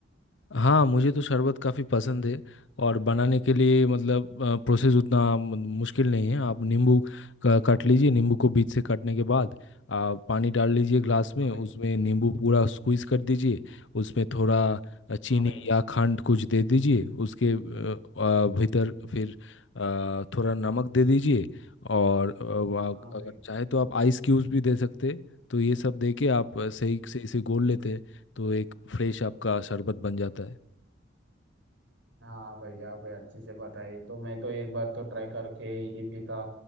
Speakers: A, on the left; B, on the right.
A: हाँ मुझे तो शरबत काफ़ी पसंद है और बनाने के लिए मतलब प्रोसेस उतना मु- मुश्किल नहीं है आप नींबू का- काट लीजिए नींबू को बीच से काटने के बाद आप पानी डाल लीजिए ग्लास में
B: हाँ
A: उसमें
B: भाई
A: नींबू पूरा स्क्वीज कर दीजिए उसमें थोड़ा अ, चीनी
B: हाँ भाई
A: या खंड कुछ दे दीजिए उसके अ, अ, भीतर फिर अ, थोड़ा नमक दे दीजिए और अ, वा-
B: हाँ भाई
A: अगर चाहे तो आप आइस क्यूब्स भी दे सकते हैं। तो ये सब दे के आप अ, सही
B: ठीक
A: सही से घोल लेते हैं तो एक फ्रेश आपका शरबत बन जाता है
B: हाँ भाई हाँ भाई अच्छे से बताई तो मैं तो एक बार तो ट्राई करके ही पीता